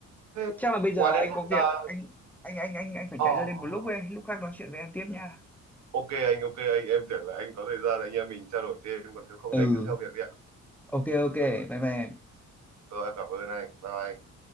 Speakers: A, on the right; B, in the centre.
A: Thế
B: chắc là bây giờ
A: ngoài Đen
B: anh
A: Vâu
B: có việc
A: ra...
B: anh anh anh anh anh phải
A: oh,
B: chạy ra đây một lúc ấy lúc khác nói chuyện với em tiếp nha
A: ok anh, ok anh. Em tưởng là anh có thời gian anh em mình trao đổi thêm. Còn nếu không
B: ừ
A: thì anh cứ theo việc đi ạ.
B: ok ok
A: Rồi, rồi,
B: bye bye em
A: rồi em cảm ơn anh. Bye bye anh.